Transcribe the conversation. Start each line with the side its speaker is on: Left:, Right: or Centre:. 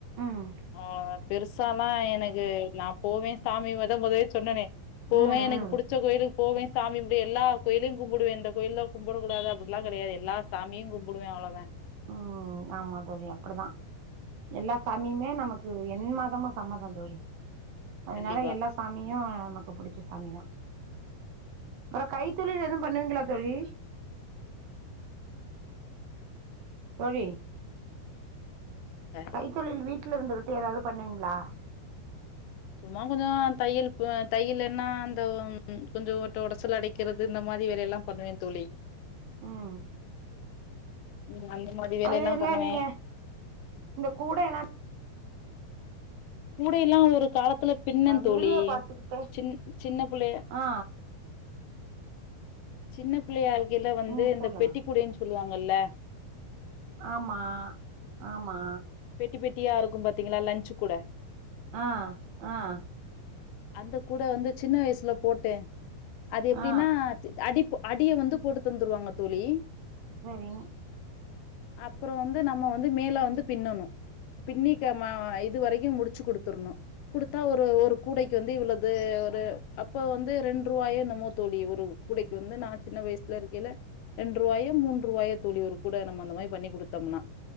Right: ம்
Left: ஆ பெருசாலாம் எனக்கு நான் போவேன் சாமியவதான் <unintelligible> முதவே சொன்னனே போவேன்
Right: ம்
Left: எனக்கு
Right: ம்
Left: புடிச்ச கோயிலுக்கு போவேன் சாமிபடி எல்லா கோயிலும் கும்பிடுவேன் இந்த கோயில தான் கும்பிடக் கூடாது அப்படில்லாம் கிடையாது எல்லா சாமிய கும்படுவேன் அவ்ளோதான்
Right: உம் ஆமா தோழி அப்படிதான் எல்லா சாமியும் நமக்கு என் மதமும் சம்மதம் தோழி அதனால
Left: கண்டிப்பா
Right: எல்லா சாமியும் நமக்கு புடிச்ச சாமிதான் அப்புறம் கைத்தொழில் எதுவும் பண்ணுவீங்களா தோழி போடி <unintelligible>
Left: அ,
Right: கைத்தொழில் வீட்டு வீட்டுல இருந்துகிட்டு ஏதாவது பண்ணுவீங்களா
Left: சும்மா கொஞ்சம் தையல் தையல் என்ன அந்த கொஞ்சம் ஓட்ட உடசல் அடைக்கிறது இந்த மாதிரி வேலைய எல்லாம் பண்ணுவேன் தோழி
Right: உம்
Left: ம், அந்த மாரி வேலையெல்லா
Right: அது இல்ல
Left: பண்ணுவே
Right: நீங்க இந்த கூட என்ன
Left: கூட எல்லாம் ஒரு காலத்துல பின்ன தோழி
Right: வீடியோ பாத்துக்கிட்டே
Left: சின் சின்ன பிள்ளை
Right: ஆ
Left: சின்ன பிள்ளை இருக் இல்ல வந்து
Right: ம்
Left: இந்த
Right: சொல்லுங்க
Left: பெட்டி கூடை சொல் <unintelligible> வாங்கல்ல
Right: ஆமா ஆமா
Left: குட்டி பெட்டியா இருக்கும் பாத்தீங்களா லன்ச் கூடை
Right: ஆஹ் ஆஹ்
Left: அந்த கூடை வந்து சின்ன வயசுல போட்டேன் அது எப்டின்னா
Right: ஆ
Left: அடி அடிய வந்து போட்டு தந்துருவாங்க தோழி
Right: சேரி
Left: அப்றோம் வந்து நம்ம வந்து மேலே வந்து பின்னணும் பின்னி இது வரைக்கும் முடிச்சு குடுத்துடணும் கொடுத்தா ஒரு ஒரு கூடைக்கு வந்து இவ்வளது ஒரு அப்ப வந்து ரெண்டு ரூவாயோ என்னுமோ தோழி ஒரு கூடைக்கு வந்து நான் சின்ன வயசுல இருக்கில ரெண்டு ரூபாயோ மூன்று ரூபாயோ தோழி ஒரு கூட நம்ம அந்த மாரி பண்ணி குடுத்தோம்னா